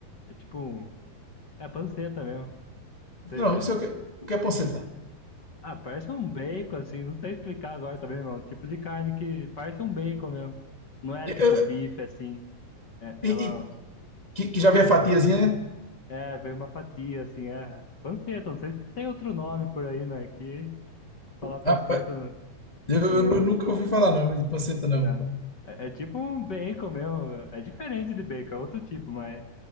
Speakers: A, on the left (about 40°); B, on the left (about 80°).
A: é tipo um, é panceta mesmo, não
B: Não,
A: sei se,
B: não sei
A: é,
B: o que. O que é panceta?
A: ah, parece um bacon, assim, não sei explicar agora também, mano, tipo de carne que parece um bacon mesmo, não é
B: Eu,
A: tipo bife, assim, é, ela,
B: e, e- que, que já vem a fatiazinha, né?
A: é, vem uma fatia, assim, é, panceta, não sei se tem outro nome por aí, mas é que falar panceta
B: Rapaz,
A: no,
B: eu, eu
A: no,
B: nu- nunca ouvi falar não, de panceta, não.
A: né? É, é tipo um bacon mesmo. É diferente de bacon, é outro tipo, mas